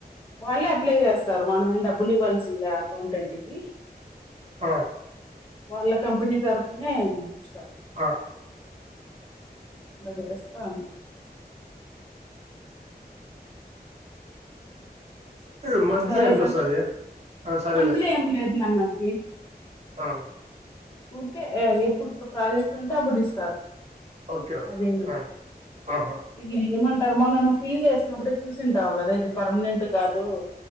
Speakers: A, on the left; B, on the right.
A: వాళ్ళే అప్లై చేస్తారు మనం ఏం డబ్బులు ఇవ్వాల్సింది లే అకౌంటెంట్ కి
B: ఆ
A: వాళ్ళ కంపనీ తర్ఫ నే ఇస్తారు
B: ఆ
A: అట్లా చేస్తాం
B: ఆ మంత్లీ
A: సరేనా
B: ఎంత వస్తది సరేలే
A: మంత్లీ ఏమి లేదు న నాకి
B: ఆ
A: ఊరికే ఎప్పుడు ప్రాజెక్ట్స్ అంటే అప్పుడిస్తారు
B: ఓకే ఓకే
A: అది
B: ఆ ఆహా
A: ఇది ఏమంటారు మొన్న నువ్వు ఫిల్ చేసినప్పుడు చూసింటావు కదా ఇది పర్మనెంట్ కాదు